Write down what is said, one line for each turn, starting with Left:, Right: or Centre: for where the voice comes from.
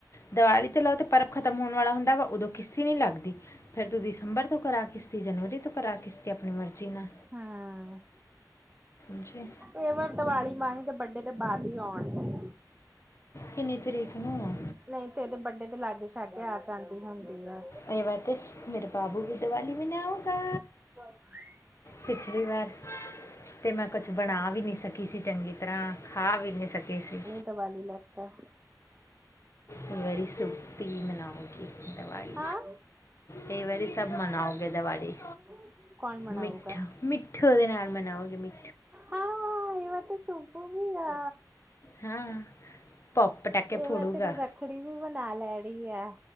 Left: ਦੀਵਾਲੀ ਤੇ ਲਓ ਤੇ ਪਰਬ ਖਤਮ ਹੋਨ ਵਾਲਾ ਹੁੰਦਾ ਵਾ ਓਦੋਂ ਕਿਸ਼ਤ ਈ ਨੀ ਲੱਗਦੀ, ਫੇਰ ਤੂੰ ਦਿਸੰਬਰ ਤੋਂ ਕਰਾ ਕਿਸ਼ਤ ਈ ਜਨਵਰੀ ਤੋਂ ਕਰਾ ਕਿਸ਼ਤ ਈ ਆਪਨੀ ਮਰਜ਼ੀ ਨਾਲ,
Right: ਹਾਂ
Left: ਅੱਛੇਆ।
Right: ਏ ਵਾਰ ਦਵਾਲੀ ਮਾਹੀ ਦੇ ਬਰਡੇ ਤੋਂ ਬਾਦ ਈ ਔਨ ਡਈ।
Left: ਕਿੰਨੀ ਤਰੀਕ ਨੂੰ ਐ
Right: ਨਈਂ ਤੇ ਏਦੇ ਬਰਡੇ ਤੇ ਲਾਗੇ ਸ਼ਾਗੇ ਆ ਜਾਂਦੀ ਹੁੰਦੀ ਏ।
Left: ਏ ਵਰਤਿਸ਼ ਮੇਰੇ ਬਾਬੂ ਵੀ ਦੀਵਾਲੀ ਮਨਾਉਗਾ।
Right: <inaudible>
Left: ਪਿਛਲੀ ਵਾਰ, ਤੇ ਮੈਂ ਕੁਛ ਬਨਾ ਵੀ ਨੀ ਸਕੀ ਸੀ ਚੰਗੀ ਤਰਾਂ ਖਾ ਵੀ ਨੀ ਸਕੇ ਸੀ।
Right: ਦਵਾਲੀ ਲੱਗਤਾ
Left: ਕਈ ਵਾਰੀ ਸੂਕੀ ਮਨਾਓਗੇ ਦਵਾਲੀ,
Right: ਹਾਂ।
Left: ਕਈ ਵਾਰੀ ਸਬ ਮਨਾਓਗੇ ਦਵਾਲੀ।
Right: <inaudible> ਮਨਾਊਗਾ
Left: ਮਿੱਠ ਮਿੱਠੋ ਦੇ ਨਾਲ ਮਨਾਓਗੇ ਮਿੱ
Right: ਹਾਂ ਏ ਵਾਰੀ ਤੇ ਸੂਬੂ ਵੀ ਆ।
Left: ਹਾਂ ਪੋਪ ਪਟਾਕੇ
Right: ਇਹ
Left: ਫੋੜੂਗਾ।
Right: ਵਾਰ ਤੇ ਇਹਨੇ ਰੱਖੜੀ ਵੀ ਬਨਾ ਲੈਨੀ ਐ।